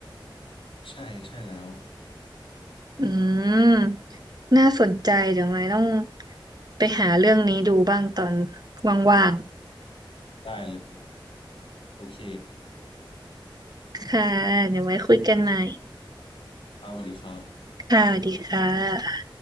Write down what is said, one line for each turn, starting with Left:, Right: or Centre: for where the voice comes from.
Left: ใช่ใช่แล้ว
Right: อืม น่าสนใจเดี๋ยวไม้ต้องไปหาเรื่องนี้ดูบ้างตอนว่าง
Left: ได้เลยโอเค
Right: ๆค่ะ เดี๋ยวไว้คุยกันใหม่
Left: ครับสวัสดีครับ
Right: ค่ะสวัสดีค่ะ